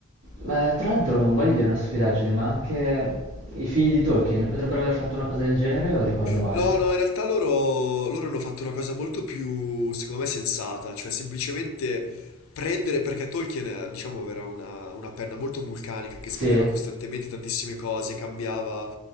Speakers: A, on the right (about 85°); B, on the left (about 80°).
A: Ma, tra l'altro non voglio dire una stupidaggine, ma anche i figli di Tolkien potrebbero aver fatto una cosa del genere o ricordo male?
B: No, no, in realtà loro, loro hanno fatto una cosa molto più, secondo me, sensata, cioè semplicemente prendere, perché Tolkien, eh, diciamo, era una, una penna molto vulcanica che
A: Sì,
B: scriveva costantemente tantissime cose, cambiava,